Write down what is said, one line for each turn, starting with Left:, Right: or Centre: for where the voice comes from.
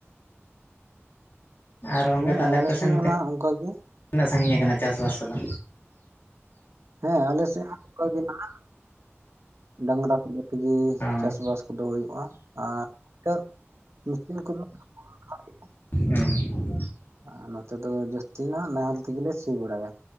Left: ᱟᱨ ᱜᱚᱝᱠᱮ
Right: ᱦᱮᱸ
Left: ᱛᱟᱦᱚᱞᱮ
Right: ᱟᱞᱮ
Left: ᱟᱯᱮ ᱥᱮᱱ
Right: ᱥᱮᱫ
Left: ᱱᱚᱛᱮ
Right: ᱦᱚᱸ ᱱᱟᱦᱟᱜ ᱚᱱᱠᱟ ᱜᱮ
Left: ᱛᱤᱱᱟᱹᱜ ᱥᱟᱜᱤᱧ ᱟᱠᱟᱱᱟ ᱪᱟᱥ ᱵᱟᱥ ᱠᱚᱫᱚ?
Right: ᱦᱮᱸ ᱟᱞᱮ ᱥᱮᱜ ᱦᱚᱸ ᱱᱚᱝᱠᱟ ᱜᱮ ᱱᱟᱦᱟᱜ ᱰᱟᱝᱨᱟ ᱛᱮᱜᱤ
Left: ᱚ
Right: ᱪᱟᱥ ᱵᱟᱥ ᱠᱚᱫᱚ ᱦᱩᱭᱩᱜᱼᱟ, ᱟᱨ <unintelligible> <inaudible>
Left: ᱦᱩᱸ᱾
Right: ᱟᱨ ᱱᱚᱛᱮ ᱫᱚ ᱡᱟᱹᱥᱛᱤ ᱱᱟᱦᱟᱸᱜ ᱱᱟᱦᱮᱞ ᱛᱮᱜᱤ ᱞᱮ ᱥᱤ ᱵᱟᱲᱟᱭᱟ᱾